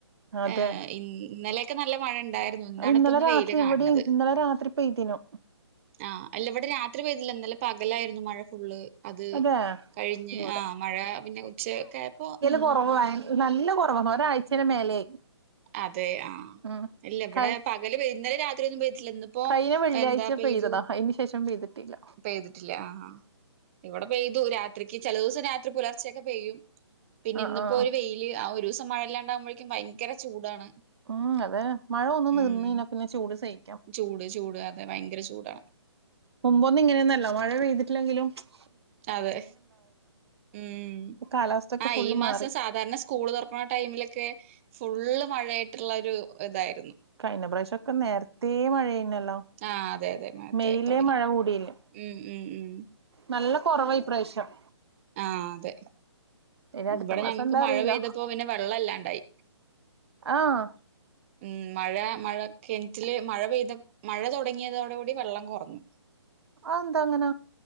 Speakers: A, on the right; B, on the right.
A: അതെ
B: ഏ ഇന്നലെ ക്കെ നല്ല മഴ ഇൺ ഇണ്ടായ്ര്ന്നു ഇന്നാണ്
A: ഇന്നലെ
B: ഇപ്പം ഒന്ന്
A: രാത്രി
B: വെയിൽ കാൺണത്
A: ഇവിടെ ഇന്നലെ രാത്രി പെയ്തിനു
B: ആ അല്ല ഇവടെ രാത്രി പെയ്തിലാ ഇന്നലെ പകലായിരുന്നു മഴ ഫുള്ള് അത്
A: അതെ
B: കഴിഞ്ഞ്
A: ഇവിടെ
B: ആ മഴ പിന്നെ ഉച്ചയൊക്കെ ആയപ്പോ നിന്നു
A: കൊറവായി നല്ല കൊറവാ ഒരാഴ്ചലെ മേലെയായി
B: അതെ ആ
A: ഉം
B: ഇല്ല ഇവടെ
A: കൈ
B: പകല് പെയ്ത് ഇന്നലെ രാ ത്രി ഒന്നും പെയ് ട്ടില്ല ഇന്നിപ്പോ
A: കഴിഞ്ഞ വെള്ളിയാഴ്ച
B: എന്താ പെയ്തു
A: പെയ്തതാ അതിന് ശേഷം പെയ്തിട്ടില്ല
B: പെയ്തിട്ടില്ല ആ ഇവ പെയ്തു രാത്രിക്ക് ചെല ദിവ്സം രാത്രി പുലർച്ചയൊക്കെ പെയ്യും പിന്നെ
A: ആഹ്
B: ഇന്നിപ്പോ
A: ആഹ്
B: ഒര് വെയില് ആ ഒരുസ മഴ ഇല്ലാണ്ടാവുമ്പോഴെക്കും ഭയങ്കര <unintelligible> ചൂടാണ്
A: ഉം അതെ മഴ ഒന്ന് നിന്ന്
B: ഉം
A: കഴിഞ്ഞാ പിന്നെ ചൂട് സയി
B: ചൂട് ചൂട് അതെ ഭയങ്കര ചൂടാണ്
A: മുമ്പൊ ഒന്നും ഇങ്ങനെയൊന്നല്ല മഴ ഴ്തിട്ടില്ലെങ്കിലും <unintelligible>
B: അതെ ഉം
A: കാലാവസ്ഥ ഒക്കെ
B: ആ
A: ഫുള്ള്
B: ഈ മാസം
A: മാറി
B: സാധാരണ സ്കൂള് തുറക്കണ ടൈമിലൊക്കെ ഫുള്ള് മഴ ആായിട്ടുള്ള ഒരു ഇതായി.
A: കഴിഞ്ഞ വശ്യൊക്കെ നേരത്തേ മഴയുന്നല്ലോ
B: ആഹ് അതെ അതെ മഴത്തെ
A: മെയിലെ
B: തുടങ്ങി
A: മഴ കൂടിയില്ല
B: ഉം ഉം
A: നല്ല കുറവ് ഇപ്രാവശ്യം.
B: ആഹ അതെ
A: ഇനി അടുത്ത
B: ഇവിടെ
A: മാസം
B: ഞങ്ങക്ക്
A: എന്താ
B: മഴ
A: അറിയില്ല
B: പെയ്തപ്പോ പിന്നെ വെള്ളംല്ലാണ്ടായി.
A: ആഹ്
B: ഉം മഴ മഴ കെണറ്റില് മഴ പെയ്ത മഴ തുടങ്ങിയതോട കൂടി വെള്ളം കുറഞ്ഞു.
A: ആന്ത അങ്ങന?